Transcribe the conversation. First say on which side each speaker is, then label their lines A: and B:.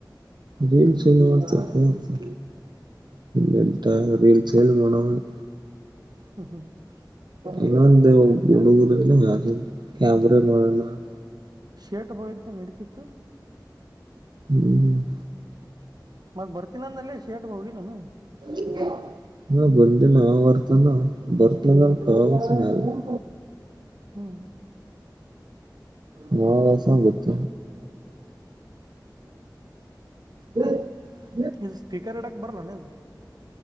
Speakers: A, on the right (about 75°); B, on the right (about 60°).
A: ರೀಲ್ಸ ಎಲ್ಲಿ ಮಾಡ್ತೀಪಾ ಹೆಂತಾ ರೀಲ್ಸೇ ಎಲ್ಲಿ ಮಾಡವ <inaudible>
B: ಹ ಹ <inaudible>
A: ಇನ್ನೊಂದ ಹುಡುಗುರ ಅದು ರಾತ್ರಿ ಕ್ಯಾಮರಾ ಮಾಡನಾ <inaudible>
B: ಶೇಟಗೋಳ ಇತ್ತ ನಡೀತಿತ್ತು. <inaudible>
A: ಹೂ <inaudible>
B: ಮತ್ತ ಬರ್ತೀನ ಅಂದನ ಅಲ್ಲೇ ಶೇರ್ಟ್ ಹೋಗಿಲ್ಲ ಏನ್ <inaudible>
A: ಜಿಂಗಾ <inaudible> ಹ ಬಂದಿಲ್ಲ ಯಾವಾಗ ಬರ್ತನ ಬರ್ತನ ಅಂತ ವಾಪಸ್ ಹೋಗೇನ್ <inaudible>
B: ಹ್ಮ್
A: ಹ ವಸ ಬತ್ತ ಹ್ಮ
B: ಇದು ಸ್ಪೀಕರ್ ಎಡಕ್ ಬರಲ್ಲಾನ ಅದು